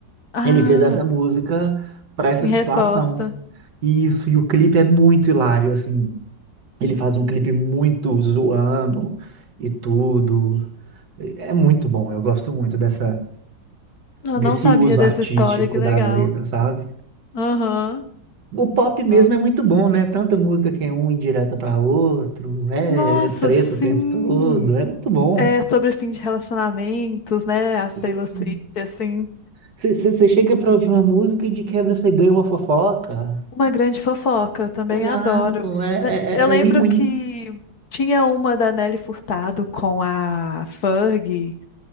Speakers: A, on the left; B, on the right.
A: Ah.
B: Ele fez essa música para essa
A: Em
B: situação.
A: resposta.
B: E Isso, e o clipe é muito hilário, assim. Ele faz um clipe muito zoando e tudo. É muito bom, eu gosto muito dessa,
A: Eu
B: desse
A: não sabia
B: uso
A: dessa
B: artístico
A: história, que legal.
B: das letras, sabe?
A: Aham.
B: O pop mesmo
A: Ah.
B: é muito bom, né? Tanta música que é um indireta para outro, é,
A: Nossa,
B: é treta
A: sim!
B: o tempo todo, é muito bom.
A: É sobre fim de relacionamentos, né? As
B: E
A: Taylor Swift, assim.
B: você chega para ouvir uma música e de quebra você ganha uma fofoca.
A: Uma grande fofoca, eu também
B: Exato,
A: adoro.
B: é
A: Le-
B: é-
A: Eu
B: é
A: lembro
B: é win-win.
A: que tinha uma da Nelly Furtado com a Fergie,